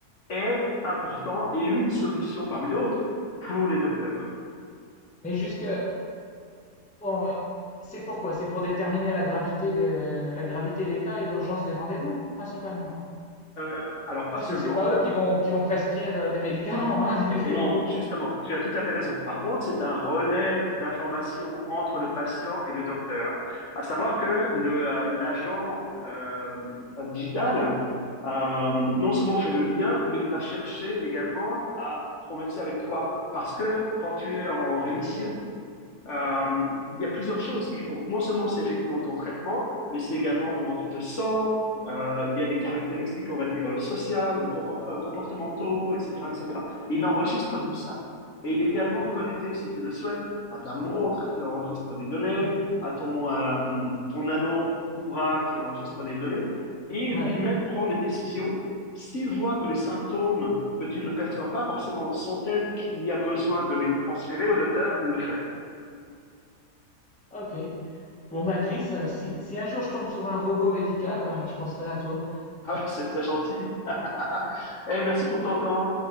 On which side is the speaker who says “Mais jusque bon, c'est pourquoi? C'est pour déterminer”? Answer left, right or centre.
Centre